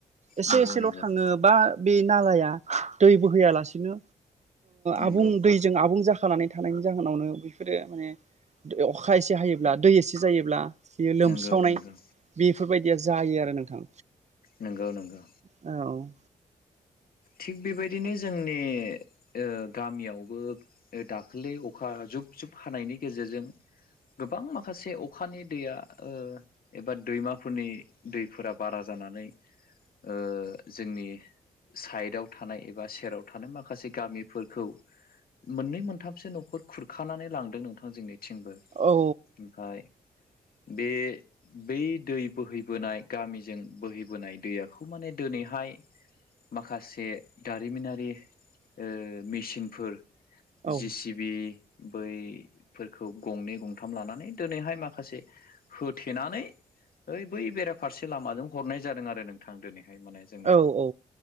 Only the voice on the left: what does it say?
नंगौ
नंगौ
नंगौ
नंगौ नंगौ
नोंगौ-नोंगौ।
थिग' बेबायदिनो जोंनि ओ गामियावबो दाखालि अखा जुब जुब हानायनि गेजेरजों गोबां माखासे अखानि दैया ओ एबा दैमाफोरनि दैफोरा बारा जानानै ओ जोंनि साइडआव थानाय एबा सेराव थानाय माखासे गामिफोरखौ मोननै मोनथामसो न'खर खुरखानानै लांदों नोंथां जोंनिथिंबो।
ओमफाय बे बै दै बोहैबोनाय गामिजों बोहैबोनाय दैयाखौ माने दिनैहाय माखासे दारिमिनारि ओ मेसिनफोर
जि सिबि बै फोरखौ गंनै गंथाम लानानै दोनैहाय माखासे होथेनानै ओइ बै बेराफारसे लामाजों हरनाय जादों आरो नोंथां दोनैहाय माने जोंनाबो